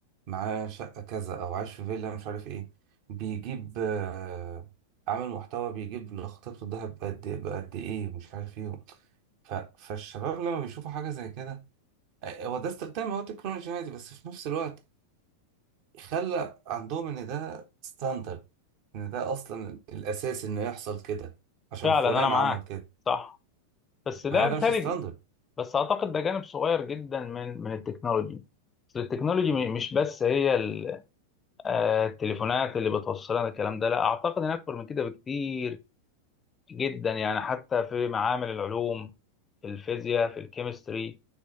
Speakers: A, on the right; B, on the left.
A: معاه شقة كذا أو عايش في فيلا مش عارف إيه بيجيب آه، عامل محتوى بيجيب لخطيبته الدهب بقد بقد إيه مش عارف إيه ف... فالشباب لما بيشوفوا حاجة زي كده آه، هو ده استخدام هو تكنولوجي عادي بس في نفس الوقت خلى عندهم إن ده ستاندرد إن ده أصلا الأساس إنه يحصل كده عشان
B: فعلا
A: فلان
B: انا معاك
A: عمل كده
B: صح بس ده
A: مع إن
B: بيتهيألي
A: ده مش ستاندرد
B: بس اعتقد ده جانب صغير جدا من من التكنولوجي بس التكنولوجي م- مش بس هي ال- آه، التليفونات اللي بتوصل لنا الكلام ده لا اعتقد ان اكبر من كده بكتير جدا يعني حتى في معامل العلوم في الفيزياء في الكيمستري